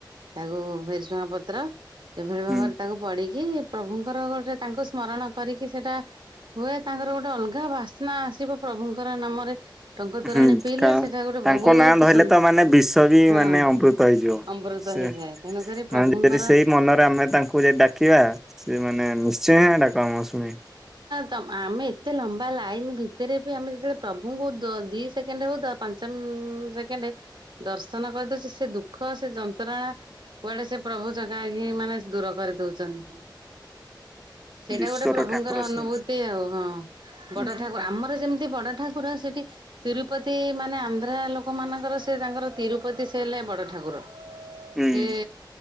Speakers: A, on the right; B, in the centre.
A: ତାକୁ ଭେସୁଙ୍ଗା ପତ୍ର ଏଭଳି
B: ହୁଁ
A: ଭାବରେ ତାକୁ ପଡିକି ପ୍ରଭୁଙ୍କର ଗୋଟେ ତାଙ୍କୁ ସ୍ମରଣ କରିକି ସେଟା ହୁଏ ତାଙ୍କର ଗୋଟେ ଅଲ୍ଗା ବାସ୍ନା ଆସିବ। ପ୍ରଭୁଙ୍କର ନାମରେ ଟଙ୍କ ତୋରାଣୀ
B: ହୁଁ
A: ପିଇଲେ
B: କା
A: ସେଟା ଗୋଟେ
B: ତାଙ୍କ
A: ବହୁତ
B: ନାଁ ଧ‌ଇଲେ
A: ସୁ
B: ତ ମାନେ ବିଷ ବି
A: ହଁ
B: ମାନେ ଅମ୍ବୃତ ହେଇଯିବ।
A: ଅମୃତ
B: ସେ
A: ହେଇଯାଏ ତେଣୁକରି ପ୍ରଭୁଙ୍କର
B: ମାନେଯ ଯଦି ସେଇ ମନରେ ଆମେ ତାଙ୍କୁ ଯଦି ଡାକିବା ସେ ମାନେ ନିଶ୍ଚୟ ଡା କ ଆମ ଶୁଣିବେ।
A: ତମ୍ ଆମେ ଏତେ ଲମ୍ବା ଲାଇନି ଭିତ୍ ଭିତେରେ ବି ଆମେ ଯେତେବେଳେ ପ୍ରଭୁଙ୍କୁ ‌ଦ ଦି ସେକେଣ୍ଡ ହଉ ପାଞ୍ଚ ଉଁ ସେକେଣ୍ଡ ଦର୍ଶ ର୍ଶନ କରିଦଉଛି ସେ ଦୁଃଖ ସେ ଯନ୍ତ୍ରଣା କୁଆଡେ ସେ ପ୍ରଭୁ ଚକାଆଖି ମାନେ ଦୂର କରିଦଉଛନ୍ତି। ସେଇଟା
B: ବିଶ୍ଵର
A: ଗୋଟେ ପ୍ରଭୁଙ୍କର
B: ଠାକୁର
A: ଅନୁଭୂତି
B: ସେ
A: ଆଉ ହଁ ବଡ
B: ହୁଁ ହୁଁ
A: ଠାକୁର ଆମ ଯେମିତି ବଡ ଠାକୁର ସେଠି ତିରୁପତି ମାନେ ଆନ୍ଧ୍ରା ଲୋକ ମାନଙ୍କର ସେ ତାଙ୍କର ତିରୁପତି ସେ ହେଲେ ବଡ଼ ଠାକୁର
B: ହୁଁ।
A: ସେ